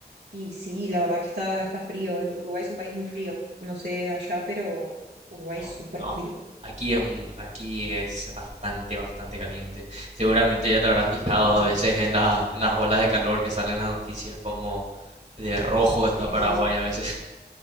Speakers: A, on the right; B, on the right.
A: Y sí, la verdad que está, está frío. eh, Uruguay es un país muy frío. No sé allá, pero Uruguay
B: No,
A: es súper
B: no.
A: frío.
B: Aquí es un, aquí es bastante, bastante caliente. Seguramente ya te habrás fijado
A: No,
B: a veces en las, en las olas de calor que salen en las noticias, como de rojo
A: sí,
B: está Paraguay
A: sí.
B: a veces.